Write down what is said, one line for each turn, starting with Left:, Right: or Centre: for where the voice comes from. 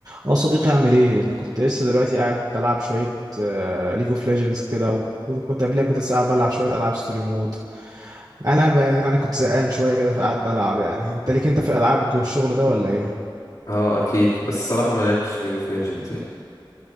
Right: اه صديقي اعمل ايه انا كنت لسه دلوقتي قاعد بلعب شويه ليج اوف ليجندز كده وكنت كنت قبلها كنت لسه قاعد بلعب شويه العاب ستوري مود انا ب- يعني كنت زهقان شويه كده فقعد بلعب يعني انت ليك انت في الالعاب والجو- الشغل ده ولا ايه
Left: اه اكيد بس الصراحه ما لعبتش ليج اوف ليجندز يعني